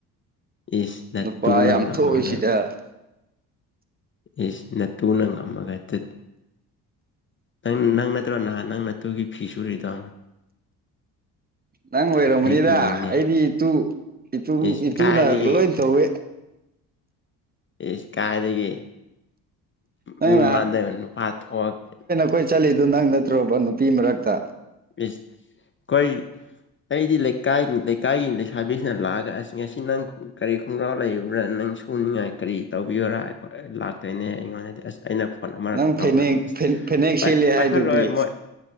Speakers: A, on the left (about 25°); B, on the right (about 20°).
A: ꯏꯁ ꯅꯇꯨꯅ
B: ꯅꯨꯄꯥ ꯌꯥꯝ
A: ꯉꯝꯃꯒ
B: ꯊꯣꯛꯏꯁꯤꯗ
A: ꯏꯁ ꯅꯇꯨꯅ ꯉꯝꯃꯒ ꯇꯨꯠ ꯅꯪ ꯅꯪ ꯅꯠꯇ꯭ꯔꯣ ꯅꯍꯥꯟ ꯅꯪ ꯅꯠꯇꯨꯒꯤ ꯐꯤ ꯁꯨꯔꯤꯗꯣ
B: ꯅꯪ ꯑꯣꯏꯔꯝꯒꯅꯤꯗ
A: ꯑꯩ ꯎꯏꯅꯦ
B: ꯑꯩꯗꯤ ꯏꯇꯨ ꯏꯇꯨ
A: ꯏꯁ
B: ꯏꯇꯨꯅ
A: ꯀꯥꯏꯗꯒꯤ
B: ꯂꯣꯏ ꯇꯧꯋꯦ
A: ꯢꯁ ꯀꯥꯏꯗꯒꯤ
B: ꯅꯪ
A: ꯃꯤ ꯃꯃꯥꯟꯗ ꯅꯨꯄꯥ ꯊꯣꯛꯑꯒ
B: ꯀꯣꯏ ꯆꯠꯂꯤꯗꯣ ꯅꯪ ꯅꯠꯇ꯭ꯔꯣꯕ ꯅꯨꯄꯤ ꯃꯔꯛꯇ
A: ꯢꯁ ꯀꯣꯏ ꯑꯩꯗꯤ ꯂꯩꯀꯥꯏ ꯂꯩꯀꯥꯏꯒꯤ ꯂꯩꯁꯥꯕꯤꯁꯤꯅ ꯂꯥꯛꯑꯒ ꯉꯁꯤ ꯅꯪ ꯀꯔꯤ ꯈꯣꯡꯒ꯭ꯔꯥꯎ ꯂꯩꯕ꯭ꯔꯥ ꯅꯪ ꯁꯨꯅꯤꯡꯉꯥꯏ ꯀꯔꯤ ꯇꯧꯕꯤꯌꯣꯔꯥ ꯑꯩꯈꯣꯏ ꯂꯥꯛ ꯇꯣꯏꯅꯦ ꯑꯩꯉꯣꯟꯗꯗꯤ ꯑꯁ ꯑꯩꯅ ꯐꯣꯟ ꯑꯃꯔꯛ
B: ꯅꯪ ꯐꯅꯦꯛ
A: ꯇꯧꯔꯕ ꯑꯁ
B: ꯐꯅꯦꯛ ꯁꯦꯠꯂꯦ ꯍꯥꯏꯗꯨꯗꯤ
A: ꯄꯥꯏꯈꯠꯂꯣꯏ ꯃꯣꯏ